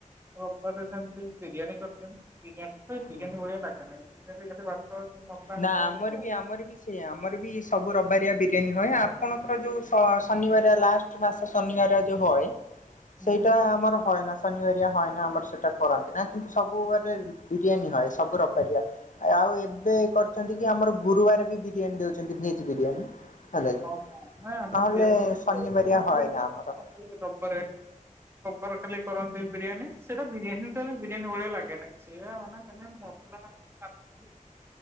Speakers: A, on the right; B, on the left.
A: ରବିବାରେ ସେମିତି ବିରିୟାନୀ କରଦିଅନ୍ତି। ବିରିୟାନୀ ହୁଏ
B: ହୁଁ।
A: ବିରିୟାନୀ ଭଳିଆ ଲାଗେନି <inaudible> ‌ ଖାଲି ଭାତ <inaudible>
B: ନା ଆମର
A: ହେଇକି
B: ବି ଆମର ବି ସେ ସେଇ ଆମର ବି ସବୁ ରବବାରିଆ ବିରିୟାନୀ ହଏ, ଆପଣଙ୍କର ଯୋଉ ଶ-ଅ-ଶନିବାରିଆ ଲାଷ୍ଟ୍ <inaudible> ମାସ ଶନିବାର ଯୋଉ ହଏ,
A: ହୁଁ
B: ସେଇଟା ଆମର ହଏନା। ଶନିବାରିଆ ହଏନା ଆମର ସେଇଟା କରନ୍ତିନି, କିନ୍ତୁ ସବୁ ବାରରେ ବିରିୟାନୀ ହଏ ସବୁ ରବିବାରିଆ। ଆଉ ଏବେ କରିଚନ୍ତି କି ଆମର ଗୁରୁବାର ବି ବିରିୟାନୀ ଦେଉଛନ୍ତି ଭେଜ୍ ବିରିୟାନୀ। ହେଲା କି,
A: ଓହୋ ନାଇଁ ଆମର
B: ନହେଲେ
A: ଦିଅନ୍ତି ନାହିଁ ଗୁରୁବାରେ
B: ଶନିବାରିଆ
A: ଆମର ଖାଲି
B: ହଏନା ଆମର।
A: ଖାଲି ରବିବାରେ ରବିବାର ଖାଲି କରନ୍ତି ବିରିୟାନୀ, ସେଇଟା ବିରିୟାନୀଟା କାହିଁ ବିରିୟାନୀ ଭଳିଆ ଲାଗେ ନାହିଁ ସେ ମାନେ ଖାଲି ମସଲା <inaudible>